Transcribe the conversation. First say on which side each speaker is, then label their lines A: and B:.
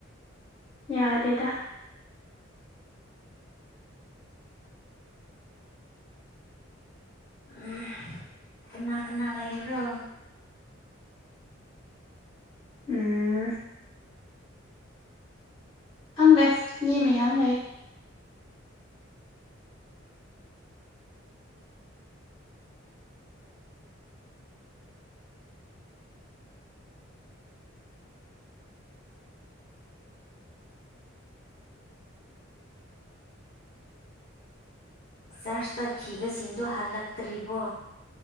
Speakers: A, on the left; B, on the left.
A: ꯌꯥꯗꯦꯗ
B: ꯎꯝ ꯀꯅꯥ ꯀꯅꯥ ꯂꯩ ꯂꯩꯕ꯭ꯔꯣ
A: ꯎ ꯈꯪꯗꯦ ꯌꯦꯦꯝꯃꯦ ꯌꯥꯝ ꯂꯩ
B: ꯆꯥꯔꯆ ꯇꯛꯈꯤꯕꯁꯤꯡꯗꯨꯣ ꯍꯜꯂꯛꯇ꯭ꯔꯤꯕꯣ